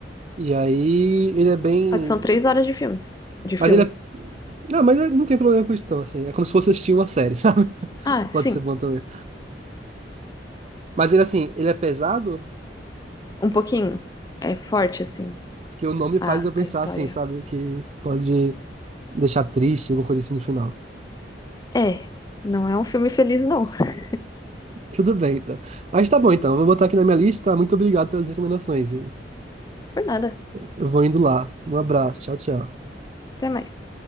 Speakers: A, on the right; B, on the left.
A: E aí ele é bem.
B: só que são três horas de filmes, de
A: Mas
B: filme.
A: ele é. Não, mas é, não tem problema com isso, não, assim. É como se fosse assistir uma série, <laughs> sabe?
B: Ah,
A: Pode
B: sim,
A: ser bom também. Mas ele, assim, ele é pesado,
B: um pouquinho. É forte, assim,
A: porque o nome faz
B: a,
A: eu pensar
B: a história.
A: assim, sabe? Que pode deixar triste, alguma coisa assim no final.
B: É, não é um filme feliz, não. <laughs>
A: Tudo bem, então. Mas tá bom, então. Vou botar aqui na minha lista. Muito obrigado pelas recomendações. Igor.
B: Por nada.
A: Eu vou indo lá. Um abraço. Tchau, tchau.
B: Até mais.